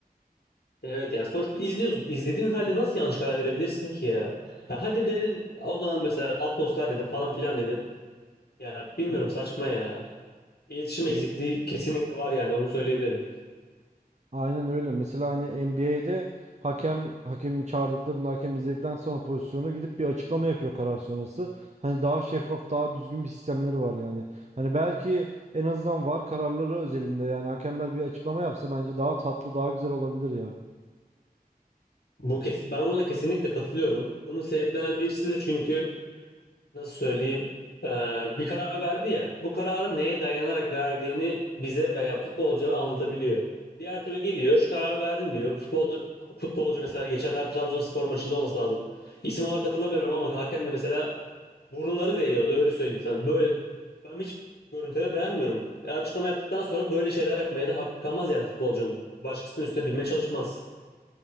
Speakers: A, on the left; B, on the right.
A: Evet yani sonuçta izliyorsun. İzlediğin halde nasıl yanlış karar verebilirsin ki ya? Ha, hadi dedin o zaman mesela atmosfer dedin falan filan dedin. Ya bilmiyorum saçma ya. İletişim
B: Evet
A: eksikliği kesinlikle var yani onu söyleyebilirim.
B: aynen öyle. Mesela hani NBA'de hakem hakemi çağırdıklarında hakem izledikten sonra pozisyonu gidip bir açıklama yapıyor karar sonrası. Hani daha şeffaf daha düzgün bir sistemleri var yani. Hani belki en azından VAR kararları özelinde yani hakemler bir açıklama yapsa bence daha tatlı daha güzel olabilir ya.
A: Bu kes ben buna kesinlikle katılıyorum. Bunun sebeplenen birisi de çünkü nasıl söyleyeyim e, bir karar verdi ya. Bu kararı neye dayanarak verdiğini bize veya futbolculara anlatabiliyor. Diğer türlü geliyor şu karar verdim diyor. Futbolcu, futbolcu mesela geçenler Trabzonspor maçında olması lazım. İsim olarak hatırlamıyorum ama hakem de mesela Burunları değiyordu öyle söyleyeyim sana. Böyle ben hiç görüntüleri beğenmiyorum. E, açıklama yaptıktan sonra böyle şeyler yapmaya da hakkı kalmaz yani futbolcunun. Başkasının üstüne binmeye çalışmaz.